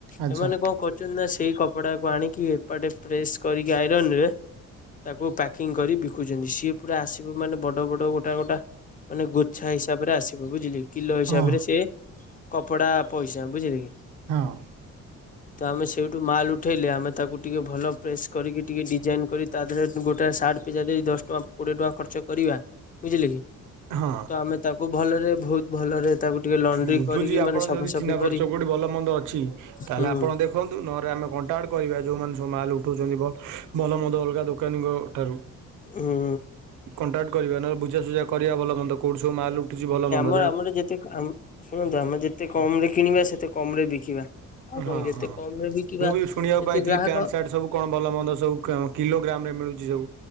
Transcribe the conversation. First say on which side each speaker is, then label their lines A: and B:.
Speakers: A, on the right (about 85°); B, on the left (about 30°).
A: ଆଚ୍ଛା
B: ସେମାନେ କଣ କରୁଛନ୍ତି ନା ସେଇ କପଡ଼ାକୁ ଆଣିକି ଏପଟେ ଫ୍ରେସ୍ କରିକି ଆଇରନ୍ ରେ ତାକୁ ପ୍ୟାକିଂ କରିକି ବିକୁଚନ୍ତି ସିଏ ପୁରା ଆସିବ ମାନେ ବଡ଼ ବଡ଼ ଗୋଟା ଗୋଟା। ମାନେ ଗୋଛା ହିସାବରେ ଆସିବ ବୁଝିଲେ? କିଲୋ ହିସାବରେ
A: ହଁ
B: ସେ କପଡ଼ା ପଇସା ବୁଝିଲେ କି?
A: ହଁ।
B: ତ ଆମେ ସେଉଠୁ ମାଲ୍ ଉଠେଇଲେ ଆମେ ତାକୁ ଟିକେ ଭଲ ପ୍ରେସ୍ କରିକି ଟିକେ ଡିଜାଇନ୍ କରିକି ତା ଦେହରେ ଗୋଟେ ତା ସାର୍ଟ ପିଛା ଦେଇ ଦଶ ଟଙ୍କା କୋଡିଏ ଟଙ୍କା ଖର୍ଚ୍ଚ କରିବା ବୁଝିଲେ କି?
A: ହଁ
B: ତ ଆମେ ତାକୁ ଭଲରେ ଭୋହୁତ୍ ଭଲରେ ତାକୁ ଟିକେ ଲଣ୍ଡ୍ରି
A: ବୁଝୁଚି
B: କରିକି
A: ଆପଣ
B: ମାନେ ସଫାସଫି
A: ଯଦି ଚିହ୍ନା ପରିଚୟ
B: କରି
A: କୋଉଠି ଭଲ ମନ୍ଦ ଅଛି ତାହେଲେ
B: ହୁଁ
A: ଆପଣ ଦେଖନ୍ତୁ, ନହେଲେ ଆମେ କଣ୍ ଟାଏ କରିବା ଯେଉଁମାନେ ସବୁ ମାଲ୍ ଉଠୋଉଚନ୍ତି ବ ଭଲ ମନ୍ଦ ଅଲ୍ଗା ଦୋକାନୀଙ୍କ ଠାରୁ
B: ହୁଁ
A: କଣ୍ଟାକ୍ଟ କରିବା, ନ ବୁଝାସୁଝା କରିବା ଭଲ ମନ୍ଦ କେଉଠୁ ସବୁ ମାଲ୍ ଉଠୁଚି ଭଲମନ୍ଦ।
B: କେବଳ ଆମର ଯେତିକି ଆମ୍ ଶୁଣନ୍ତୁ ଆମେ ଯେତିକି କମ୍ ରେ କିଣିବା ସେତେ କମ୍ ରେ ବିକିବା। ଆଉ
A: ହଁ
B: କଣ ଗେତେ
A: ହଁ
B: କମ୍ ରେ ବିକିବା
A: ମୁଁ ବି ଶୁଣିବାକୁ
B: ସେତେ
A: ପାଇଥିଲି
B: ଗ୍ରାହକ
A: ପ୍ୟାଣ୍ଟ୍ ସାର୍ଟ ସବୁ କଣ ଭଲ ମନ୍ଦ ସବୁ କାଆଁ କିଲୋଗ୍ରାମ୍ ରେ ମିଳୁଛି ସବୁ।